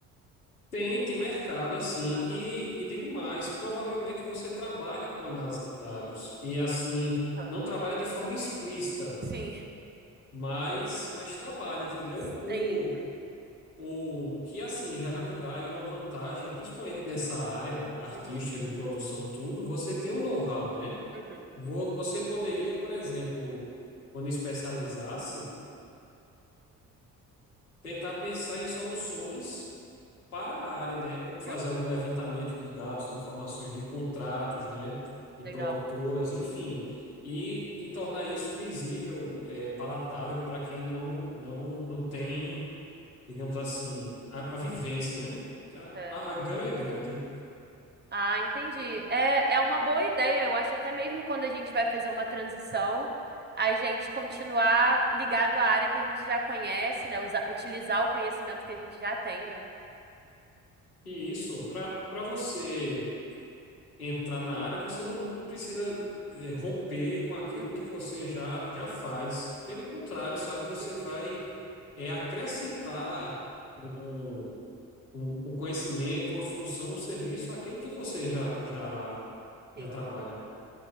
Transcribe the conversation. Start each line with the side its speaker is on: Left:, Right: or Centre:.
Left: Tem, tem mercado assim.
Right: Aham,
Left: E, e digo mais, provavelmente você trabalha com análise de dados. E assim,
Right: aham.
Left: não trabalha de forma explícita,
Right: Sim.
Left: mas, mas trabalha, entendeu?
Right: Sim.
Left: O, o que assim já lhe dá aí uma vantagem, principalmente nessa área artística
Right: Uhum,
Left: de produção, tudo, você tem um know-how, né?
Right: uhum.
Left: Vo- Você poderia, por exemplo, quando especializasse. tentar pensar em soluções para a área, né? Como fazer
Right: Uhum.
Left: algum levantamento de dados, de informações de contratos, né? De
Right: Legal.
Left: produtoras, enfim, e, e tornar isso visível, é, palatável para quem não, não, não tem, digamos assim, a, a vivência, né? Tá?
Right: Certo.
Left: A, a gama é grande.
Right: Ah, entendi. É, é uma boa ideia. Eu acho até mesmo quando a gente vai fazer uma transição, a gente continuar ligado à área que a gente já conhece, né? Usa- utilizar o conhecimento que a gente já tem, né?
Left: E isso, para para você. entrar na área, você não, não, não precisa eh, romper com aquilo
Right: Uhum,
Left: que você já, já faz. Pelo contrário, sabe, você
Right: uhum,
Left: vai eh, acrescentar um, um, um conhecimento, uma função, um serviço àquilo que você já, já,
Right: sim.
Left: já trabalha.